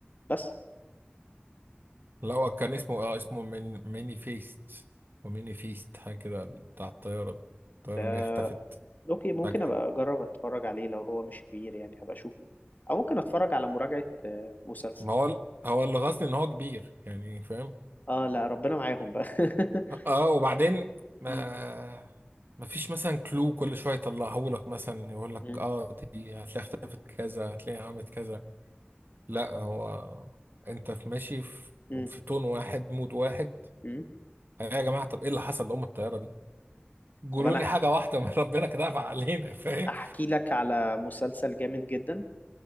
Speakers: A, on the left; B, on the right.
A: بس
B: لو كان اسمه اه اسمه من ميني فيست وميني فيست حاجه كده بتاع الطياره ده الطياره
A: ده
B: اللي هي اختفت
A: اوكي ممكن
B: فجأة
A: ابقى اجرب اتفرج عليه لو هو مش كبير يعني هبقى اشوفه او ممكن اتفرج على مراجعة آه، مسلسل
B: ما هو هو اللي غاصني ان هو كبير يعني فاهم
A: اه لا ربنا معاهم بقى <laughs>
B: اه وبعدين ما
A: م-
B: ما فيش مثلا كلو كل شويه يطلعه لك مثلا يقول لك
A: م-
B: اه دي هتلاقيها اختفت كذا هتلاقيها عملت كذا لا هو انت في ماشي في
A: م-
B: في تون واحد مود واحد
A: م.
B: يا جماعه طب ايه اللي حصل لام الطياره دي قولوا
A: طب انا
B: لي حاجه واحده من <laughs> ربنا كده أبعد علينا فاهم
A: احكي لك على مسلسل جامد جدا